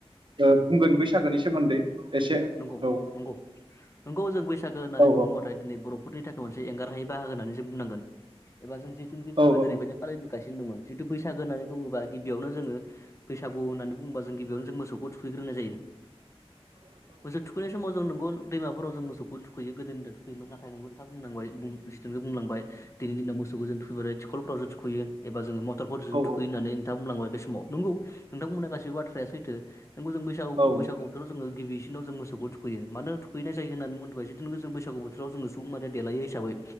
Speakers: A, on the right; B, on the left.
A: ओ बुंगोन बैसागोनि सोमोन्दै। एसे
B: नंगौ
A: औ
B: नंगौ। नंगौ जों बैसागो होननानै
A: औ
B: बुङोबाथाय दिनै बर'फोरनि थाखाय मोनसे एंगारहायै बाहागो होननानै जों बुंनांगोन एबा जों जिथुनिखि जों
A: औ
B: गोदोनिफ्रायनो फालिबोगासिनो दङ। जुथु बैसागो होननानैुङोबा गिबियावनो जोङो बैसागु होन्नानै बुङोबा जों गिबियावनो जों मोसौखौ थुखैग्रोनाय जायो।
A: <inaudible>
B: मोसौ थुखनाय समाव जों नंगौ। दैमाफोराव जों मोसौखौ थुखैयो गोदो दिनाव थुखैमोन नाथाय नंगौ नोंथाङा बुंलांबायखौ बुंलांबाय दिनै दिनाव। मोसौखौ जों थुखैबाय टिबखलफोरावसो जो थुखैयो एबा जो म मटरफोरजों
A: औ
B: थुखैयो होननानै नोंथां बुंलांबाय बे समाव नोंगौ नोंथांबुंनाय गासैबो बाथ्राया सैथो। नोंबो जों बैागु
A: औ
B: बैसाग बोथोर जोंङो गिबि बिसिनाव जों मोसौखौ थुखैयो मानो थुखैनाय जायो होननानै बुंदोंबाय जिथु जों बैसागु बोथोराव जोङो सुबुंमाहारिया देलायो हिसाबै